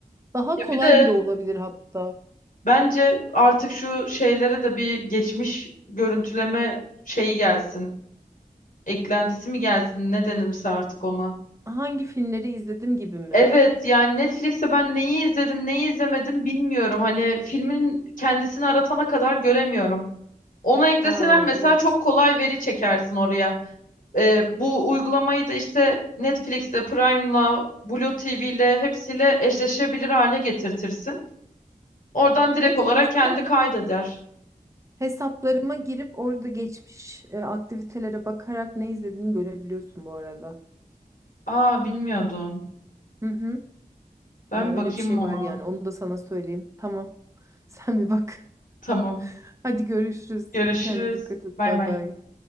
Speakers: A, on the right; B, on the left.
A: Daha
B: Ya
A: kolay
B: bir de
A: bile olabilir hatta.
B: bence artık şu şeylere de bir geçmiş görüntüleme şeyi gelsin. Eklentisi mi gelsin ne denirse artık ona.
A: Hangi filmleri izledim gibi mi?
B: Evet yani Netflix'te ben neyi izledim neyi izlemedim bilmiyorum. Hani filmin kendisini aratana kadar göremiyorum. Onu ekleseler
A: Ha,
B: mesela
A: evet.
B: çok kolay veri çekersin oraya. Ee, bu uygulamayı da işte Netflix'le, Prime'la, Blue TV'le hepsiyle eşleşebilir hale getirtirsin. Oradan direkt
A: Netflix'in
B: olarak kendi kaydeder.
A: hesaplarıma girip orada geçmiş e, aktivitelere bakarak ne izlediğini görebiliyorsun bu arada.
B: Aa bilmiyordum.
A: Hı hı.
B: Ben
A: E, öyle
B: bir bakayım
A: bir şey
B: ona.
A: var yani. Onu da sana söyleyeyim. Tamam. <laughs> Sen bir bak.
B: Tamam.
A: Hadi görüşürüz.
B: Görüşürüz.
A: Kendine dikkat et.
B: Bay
A: Bay
B: bay.
A: bay.